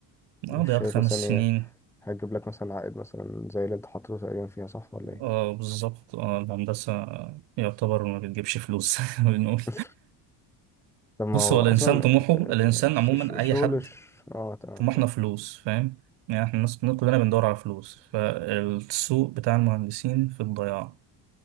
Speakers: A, in the centre; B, on the right.
A: مش
B: اه ضيعت
A: شايف
B: خمس
A: مثلا هي
B: سنين
A: هتجيب لك مثلا عائد مثلا زي اللي انت حاطه تقريبا فيها صح ولا ايه
B: اه بالظبط اه الهندسة يعتبر ما بتجيبش فلوس <laughs> بنقول
A: <laughs> طب ما
B: بص
A: هو
B: هو الإنسان
A: اصلا
B: طموحه
A: انت-
B: الإنسان
A: انت ش-
B: عموما
A: ش- الشغل
B: أي حد
A: ش... اه تمام
B: طموحنا
A: كان
B: فلوس فاهم يعني احنا الناس كلنا بندور على فلوس فالسوق بتاع المهندسين في الضياع